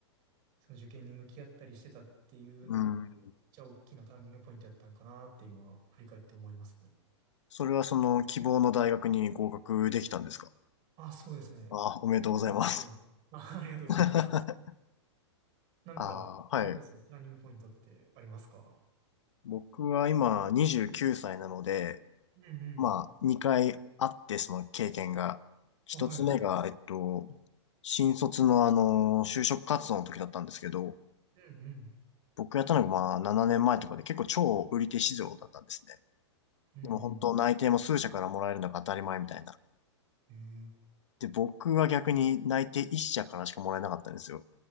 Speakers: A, on the right; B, on the left.
A: その受験に向き合ったりしてたっていうのは、
B: うん。
A: めっちゃ大きなターニングポイントやったんかなって今、振り返って思いますね。
B: それはその希望の大学に合格できたんですか
A: あ、そうですね。
B: あ、おめでとうございます。
A: 結果的には。あ、<laughs> ありがとうございます。
B: <laughs>
A: なんか、
B: あ、はい。
A: それこそプランニングポイントってありますか
B: 僕は今29歳なので、
A: うんうん。
B: まあ、2回あって、その経験が。1つ目が、
A: あ、はいはい。
B: えっと、新卒のあの、就職活動の時だったんですけど、
A: うんうん。
B: 僕やったのがまあ、7年前とかで結構超売り手市場だったんですね。
A: うん
B: でも本当内定も数社からもらえるのが当たり前みたいな。
A: うん。ええ
B: で、僕は逆に内定1社からしかもらえなかったんですよ。